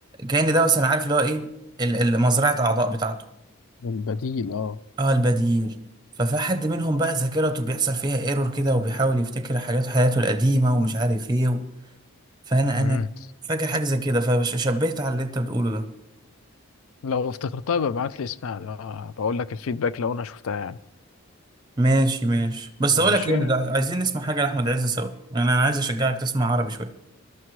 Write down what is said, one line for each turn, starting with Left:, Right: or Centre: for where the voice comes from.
Right: كأن ده مثلا عارف اللي هو ايه ال- ال- مزرعه اعضاء بتاعته
Left: البديل اه
Right: اه البديل ففي حد منهم بقى ذاكرته بيحصل فيها ايرور كده وبيحاول يفتكر حاجات حياته القديمة ومش عارف ايه و... فانا
Left: مم.
Right: انا فاكر حاجة زي كده فشبهت على اللي انت بتقوله ده
Left: لو افتكرتها ببعت لي اسمها آه بقول لك الفيدباك لو انا شفتها يعني
Right: ماشي ماشي بس
Left: ماشي
Right: اقول لك ايه ده عايزين نسمع حاجة لأحمد عز سوا يعني انا عايز اشجعك تسمع عربي شوية